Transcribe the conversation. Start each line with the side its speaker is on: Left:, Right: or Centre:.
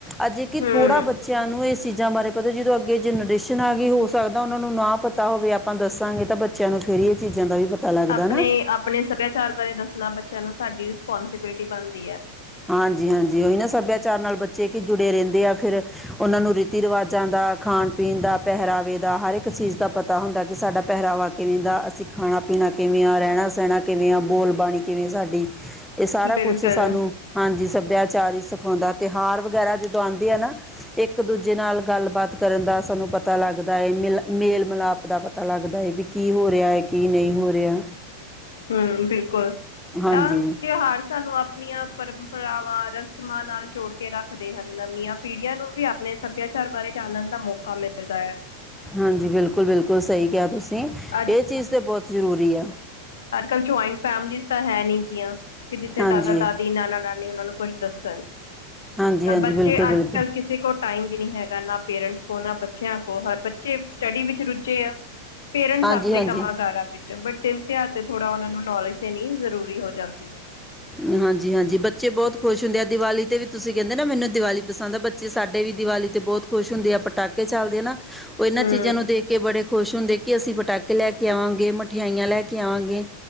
Centre: ਅੱਜੇ ਕਿ
Left: ਹੂੰ।
Centre: ਥੋੜਾ ਬੱਚਿਆਂ ਨੂੰ ਇਹ ਚੀਜ਼ਾਂ ਬਾਰੇ ਪਤਾ ਜਦੋਂ ਅੱਗੇ ਜਨਰੇਸ਼ਨ ਆ ਗਈ ਹੋ ਸਕਦਾ ਉਹਨਾਂ ਨੂੰ ਨਾ ਪਤਾ ਹੋਵੇ ਆਪਾਂ ਦੱਸਾਂਗੇ ਤਾਂ ਬੱਚਿਆਂ ਨੂੰ ਫੇਰ ਇਹ ਚੀਜ਼ਾਂ ਦਾ ਵੀ ਪਤਾ ਲੱਗਦਾ
Left: ਆਪਣੇ
Centre: ਨਾ
Left: ਆਪਣੇ ਸਭਿਆਚਾਰ ਬਾਰੇ ਦੱਸਣਾ ਬੱਚਿਆਂ ਨੂੰ ਸਾਡੀ ਰਿਸਪੋਂਸੀਬਿਲਿਟੀ ਬਣਦੀ ਹੈ
Centre: ਹਾਂਜੀ ਹਾਂਜੀ ਉਹੀ ਨਾ ਸੱਭਿਆਚਾਰ ਨਾਲ ਬੱਚੇ ਕਿ ਜੁੜੇ ਰਹਿੰਦੇ ਆ ਫਿਰ ਉਹਨਾਂ ਨੂੰ ਰੀਤੀ ਰਿਵਾਜਾਂ ਦਾ ਖਾਣ ਪੀਣ ਦਾ ਪਹਿਰਾਵੇ ਦਾ ਹਰ ਇੱਕ ਚੀਜ਼ ਦਾ ਪਤਾ ਪਤਾ ਹੁੰਦਾ ਕਿ ਸਾਡਾ ਪਹਿਰਾਵਾ ਕਿਵੇਂ ਦਾ ਅਸੀਂ ਖਾਣਾ ਪੀਣਾ ਕਿਵੇਂ ਆ ਰਹਿਣਾ ਸਹਿਣਾ ਕਿਵੇਂ ਆ ਬੋਲਬਣੀ ਕਿਵੇਂ ਸਾਡੀ ਇਹ ਸਾਰਾ
Left: ਬਿਲਕੁਲ
Centre: ਕੁਛ ਸਾਨੂੰ ਹਾਂਜੀ ਸੱਭਿਆਚਾਰ ਹੀ ਸਿਖਾਉਂਦਾ ਤਿਉਹਾਰ ਵਗੈਰਾ ਜਦੋਂ ਆਉਂਦੇ ਆ ਨਾ ਇੱਕ ਦੂਜੇ ਨਾਲ ਗੱਲਬਾਤ ਕਰਨ ਦਾ ਸਾਨੂੰ ਪਤਾ ਲੱਗਦਾ ਹੈ ਮਿਲ ਮੇਲ ਮਿਲਾਪ ਦਾ ਪਤਾ ਲੱਗਦਾ ਹੈ ਵੀ ਕੀ ਹੋ ਰਿਹਾ ਹੈ ਕੀ ਨਹੀਂ ਹੋ ਰਿਹਾ
Left: ਹਮ ਬਿਲਕੁਲ
Centre: ਹਾਂਜੀ
Left: ਆਹ ਤਿਉਹਾਰ ਸਾਨੂੰ ਆਪਣੀਆਂ ਪਰੰਪਰਾਵਾਂ ਰਸਮਾਂ ਨਾਲ ਜੋੜ ਰੱਖਦੇ ਹਨ ਨਵੀਆਂ ਪੀੜੀਆਂ ਨੂੰ ਵੀ ਆਪਣੇ ਸੱਭਿਆਚਾਰ ਬਾਰੇ ਜਾਣਨ ਦਾ ਮੌਕਾ ਮਿਲਦਾ ਹੈ
Centre: ਹਾਂਜੀ ਬਿਲਕੁਲ ਬਿਲਕੁਲ ਸਹੀ ਕਿਹਾ ਤੁਸੀਂ
Left: ਅੱਜ
Centre: ਇਹ ਚੀਜ਼ ਤਾਂ ਬਹੁਤ ਜ਼ਰੂਰੀ ਆ
Left: ਅੱਜ ਕੱਲ੍ਹ ਜੁਆਇੰਟ ਫੈਮਲੀਜ਼ ਤਾਂ ਹੈ ਨੀ ਗੀਆਂ ਕਿ ਜਿੱਥੇ
Centre: ਹਾਂਜੀ
Left: ਦਾਦਾ ਦਾਦੀ ਨਾਨਾ ਨਾਨੀ ਉਹਨਾਂ ਨੂੰ ਕੁੱਛ ਦੱਸਣ
Centre: ਹਾਂਜੀ
Left: ਤਾਂ
Centre: ਹਾਂਜੀ
Left: ਬੱਚੇ
Centre: ਬਿਲਕੁਲ ਬਿਲਕੁਲ
Left: ਅੱਜ ਕੱਲ੍ਹ ਕਿਸੇ ਕੋ ਟਾਈਮ ਵੀ ਨਹੀਂ ਹੈਗਾ ਨਾ ਪੇਰੈਂਟਸ ਕੋ ਨਾ ਬੱਚਿਆਂ ਕੋ ਹਰ ਬੱਚੇ ਸਟੱਡੀ ਵਿੱਚ ਰੁੱਝੇ ਆ ਪੇਰੈਂਟਸ
Centre: ਹਾਂਜੀ
Left: ਆਪਣੇ
Centre: ਹਾਂਜੀ
Left: ਕੰਮਾਂ ਕਾਰਾਂ ਵਿੱਚ ਬਟਨ ਿਆਾਰ ਤੇ ਥੋੜਾ ਉਹਨਾ ਨੂੰ ਨੌਲੇਜ ਦੇਣੀ ਜ਼ਰੂਰੀ ਹੋ ਜਾਂਦੀ ਹੈ
Centre: ਹ ਹਾਂਜੀ ਹਾਂਜੀ ਬੱਚੇ ਬਹੁਤ ਖੁਸ਼ ਹੁੰਦੇ ਆ ਦਿਵਾਲੀ 'ਤੇ ਵੀ ਤੁਸੀਂ ਕਹਿੰਦੇ ਨਾ ਮੈਨੂੰ ਦਿਵਾਲੀ ਪਸੰਦ ਆ ਬੱਚੇ ਸਾਡੇ ਵੀ ਦੀਵਾਲੀ 'ਤੇ ਬਹੁਤ ਖੁਸ਼ ਹੁੰਦੇ ਆ ਪਟਾਕੇ ਚੱਲਦੇ ਆ ਨਾ ਉਹ ਇਹਨਾਂ
Left: ਹੂੰ,
Centre: ਚੀਜ਼ਾਂ ਨੂੰ ਦੇਖ ਕੇ ਬੜੇ ਖੁਸ਼ ਹੁੰਦੇ ਕਿ ਅਸੀਂ ਪਟਾਕੇ ਲੈ ਕੇ ਆਵਾਂਗੇ ਮਠਿਆਈਆਂ ਲੈ ਕੇ ਆਵਾਂਗੇ